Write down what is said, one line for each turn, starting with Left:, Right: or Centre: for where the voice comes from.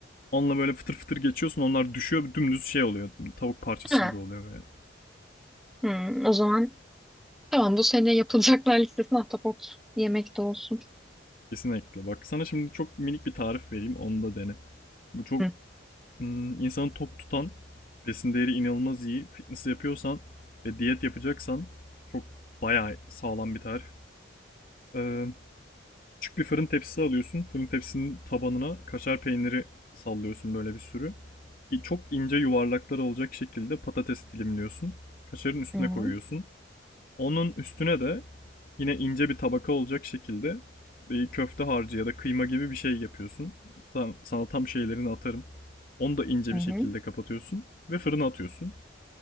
Left: Onunla böyle fıtır fıtır geçiyorsun onlar düşüyor dümdüz şey oluyor. Tavuk parçası
Centre: Ha.
Left: gibi oluyor böyle.
Centre: Hmm, o zaman tamam bu sene yapılacaklar listesine ahtapot yemek de olsun.
Left: Kesinlikle. Bak sana şimdi çok minik bir tarif vereyim. Onu da dene. Bu çok
Centre: Hı.
Left: hmm, insanı tok tutan, besin değeri inanılmaz iyi. Fitness yapıyorsan ve diyet yapacaksan çok bayağı sağlam bir tarif. Ee, küçük bir fırın tepsisi alıyorsun. Fırın tepsinin tabanına kaşar peyniri sallıyorsun böyle bir sürü. İ- Çok ince yuvarlaklar olacak şekilde patates dilimliyorsun. Kaşarın üstüne
Centre: Hı hı.
Left: koyuyorsun. Onun üstüne de yine ince bir tabaka olacak şekilde bir köfte harcı ya da kıyma gibi bir şey yapıyorsun. Sen- sana tam şeylerini atarım. Onu da ince
Centre: Hı
Left: bir
Centre: hı.
Left: şekilde kapatıyorsun ve fırına atıyorsun.